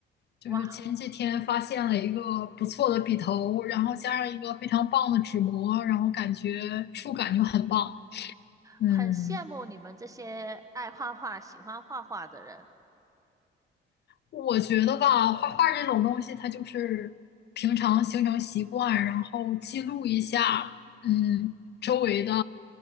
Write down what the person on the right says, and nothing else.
哇，
很羡慕你们这些爱画画、喜欢画画的人。